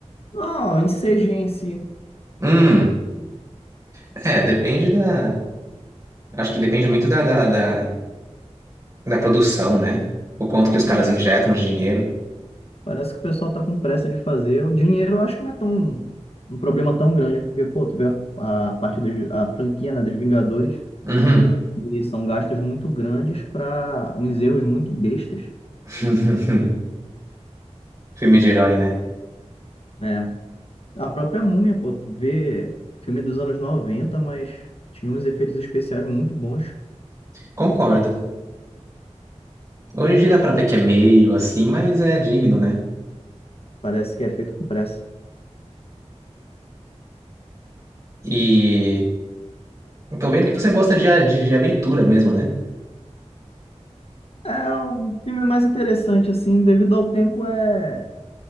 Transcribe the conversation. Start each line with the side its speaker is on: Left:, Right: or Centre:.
Left: Não, em CG em si.
Right: Hum, é, depende da. Acho que depende muito da, da, da, da produção, né? O quanto que os caras
Left: É.
Right: injetam de dinheiro.
Left: Parece que o pessoal tá com pressa de fazer. O dinheiro eu acho que não é tão um problema tão grande, porque, pô, tu vê a, a parte dos, a franquia, né, dos Vingadores,
Right: Uhum.
Left: e são gastos muito grandes para uns erros muito bestas,
Right: <laughs> Filme de herói, né?
Left: né? A própria Múmia, pô, tu vê filme dos anos 90 mas tinha uns efeitos especiais muito bons.
Right: Concordo. Hoje em dia dá pra ver que é meio assim, mas é digno, né?
Left: Parece que é feito com pressa.
Right: E eu tô vendo que você gosta de, a- de, de aventura mesmo, né?
Left: É um filme mais interessante, assim, devido ao tempo é,